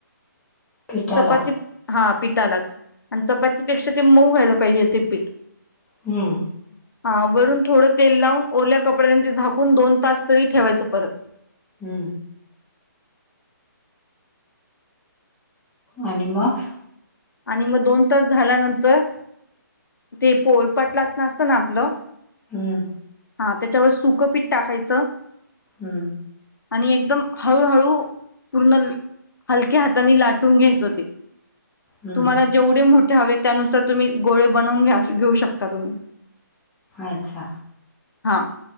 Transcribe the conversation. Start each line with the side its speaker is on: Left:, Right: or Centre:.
Centre: पिठाला
Left: चपाती हा पिठालाच आणि चपातीपेक्षा ते मऊ व्हायला पाहिजेल ते पीठ
Centre: हू
Left: हा वरून थोडं तेल लावून ओल्या कपड्याने ते झाकून दोन तास तरी ठेवायचं परत
Centre: हू आणि मग
Left: आणि मग दोन तास झाल्यानंतर ते पोळपाट लाटणं असतं ना आपलं
Centre: हम्म
Left: हा त्याच्यावर सुकं पीठ टाकायचं
Centre: हू
Left: आणि एकदम हळूहळू पूर्ण हलक्या हातानी लाटून घ्यायचं ते
Centre: हम्म
Left: तुम्हांला जेवढे मोठे हवे त्यानुसार तुम्ही गोळे बनवून घ्या घेऊ शकता तुम्ही
Centre: अच्छा
Left: हा